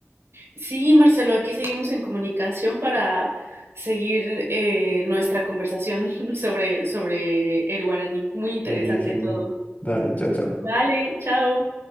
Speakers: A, on the right; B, on the left.
A: Sí, Marcelo, aquí seguimos en comunicación para seguir eh, nuestra conversación <laughs> sobre, sobre el guaraní. Muy interesante
B: Genial, genial.
A: todo.
B: Dale, chao, chao.
A: Vale, chao.